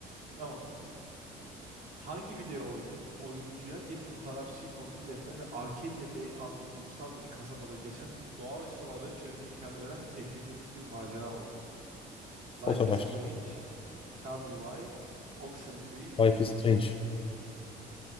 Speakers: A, on the right (about 50°); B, on the left (about 35°).
A: Tamam. Hangi video oyunu oyuncuya bir fotoğrafçıyı kontrol etme ve Arcadia Bay adlı kurgusal bir kasabada geçen doğaüstü olayları çözme imkanı veren epizodik bir macera oyunudur? Life
B: Fotoğrafçı.
A: is Strange, Tell Me Why, Oxenfree,
B: Life is Strange.